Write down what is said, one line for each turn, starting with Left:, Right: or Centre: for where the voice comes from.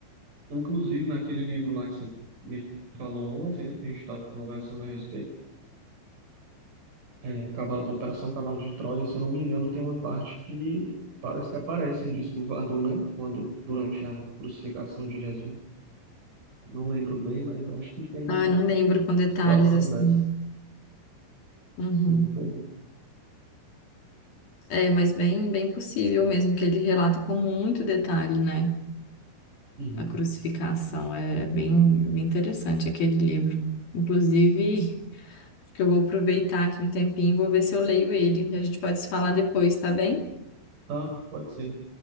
Right: inclusive, naquele livro lá que você me falou ontem, né, que a gente estava conversando a respeito, é, Cavalo- Operação Cavalo de Troia, se eu não me engano, tem uma parte que parece que aparece um disco voador, né, quando, durante a crucificação de Jesus. Não lembro bem, mas eu acho que tem
Left: Ah, não lembro com detalhes,
Right: situação
Left: assim.
Right: dessa.
Left: Uhum.
Right: Sim, pois é.
Left: É, mas bem, bem possível mesmo, que ele relata com muito detalhe, né?
Right: Uhum.
Left: A crucificação. É, é bem, bem interessante aquele livro. Inclusive. que eu vou aproveitar aqui um tempinho e vou ver se eu leio ele. E a gente pode se falar depois, tá bem?
Right: Tá, pode ser.